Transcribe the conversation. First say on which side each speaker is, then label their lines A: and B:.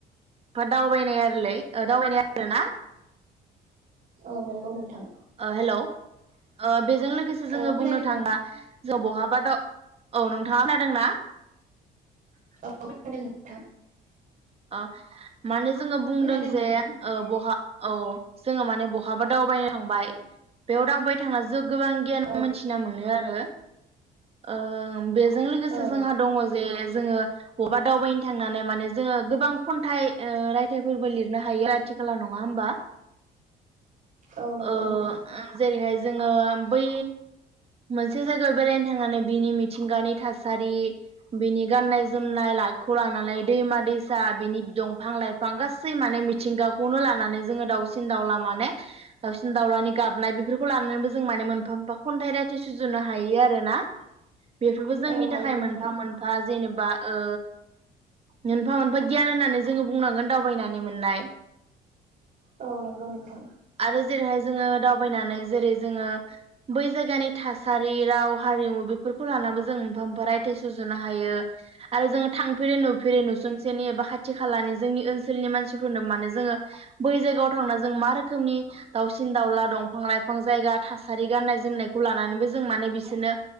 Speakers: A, on the right; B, on the right.
A: फा दावबायनाय आरोलाय दावबायनाय आरो ना
B: औ नंगौ नोंथां
A: हेलौ अ बेजों लोगोसे जोंङो
B: अ खोनादोंना
A: बुंनो थांब्ला ज' बहाबा द' औ नोंथाङा खोनादोंना?
B: <unintelligible>
A: आ मानो जोङो बुंदों
B: खोनादों
A: जे
B: नोंथां
A: ओ बहा औ जोङो माने बहाबा दावबायनो थांबाय बेयाव दावबाय थांना जोब गोबां गियान
B: औ
A: मोनथिना मोनो आरो। ओ बेजों लोगोसे
B: औ
A: जोंहा दङ जे जोङो बबा दावबायनो थांनानै माने जोङो गोबां खन्थाइ ओ रायथाइफोरबो लिरनो हायो आथिखालआव नङा होमबा।
B: औ नंगौ
A: ओ
B: नोंथां
A: उम जेरैहाय जोङो बै मोनसे जायगायाव बेरायनो थांनानै बिनि मिथिंगानि थासारि। बिनि गाननाय जोमनाय लाकखौ लानानै दैमा दैसा बिनि दं फां लाइफां गासै माने मिथिंगाखौनो लानानै जोङो दाउसिन दाउला माने दाउसिन दाउलानि गाबनाय बेफोर खौ लानानैबो जों माने मोनफा मोनफा खन्थाइ रायथाइ सुजुनो हायो आरो ना। बेफोरबो जोंनि
B: औ हायो
A: थाखाय
B: नोंथां
A: मोनफा मोनफा जेनेबा ओ मोनफा मोनफा गियान होननानै जोङो बुंनांगोन दावबायनानै मोननाय।
B: औ नंगौ नोंथां
A: आरो जेरैहाय जोङो दावबायनानै जेरै जोङो बै जायगानि था सारि हारि राव हारिमु बेफोर खौ लानाबो जों मोनफा मोनफा रायथाइ सुजुनो हायो आरो जों थां फेरि नुसुंसेनि एबा खा थि खालानि जोंनि ओनसोलनि मानसिफोरनो माने जोङो बै जायगायाव थांना जों मा रोखोमनि दाउसिन दाउला दंफां लाइफां जायगा थासारि गाननाय जोमनायखौ लानानैबो जों माने बिसोरनो